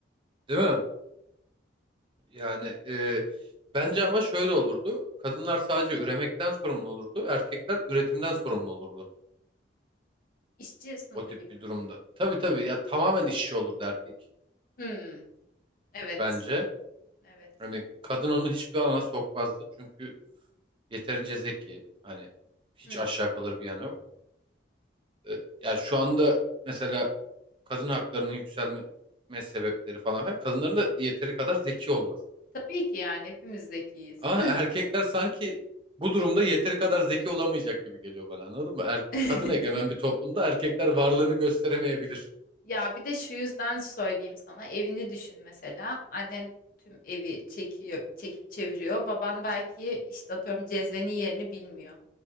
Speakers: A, on the right (about 25°); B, on the left (about 45°).
A: Değil mi? Yani e, bence ama şöyle olurdu. Kadınlar sadece üremekten sorumlu olurdu. Erkekler üretimden sorumlu olurdu.
B: <laughs> İşçi sınıfı
A: O tip
B: gibi
A: bir
B: mi?
A: durumda. Tabii tabii ya tamamen işçi olurdu erkek
B: Hmm, evet.
A: bence.
B: Evet.
A: Hani kadın onu hiçbir alana sokmazdı. Çünkü Yeterince zeki. Hani hiç
B: Hı hı.
A: aşağı kalır bir yanı yok. E, ya şu anda mesela kadın haklarının yükselme sebepleri falan filan kadınların da yeteri kadar zeki olması.
B: Tabii ki yani hepimiz zekiyiz.
A: Ama <laughs> erkekler sanki bu durumda yeteri kadar zeki olamayacak gibi geliyor bana anladın mı? Er,
B: <laughs>
A: kadın egemen bir toplumda erkekler varlığını gösteremeyebilir.
B: Ya bir de şu yüzden söyleyeyim sana evini düşün mesela annen tüm evi çekiyor çekip çeviriyor baban belki işte atıyorum cezvenin yerini bilmiyor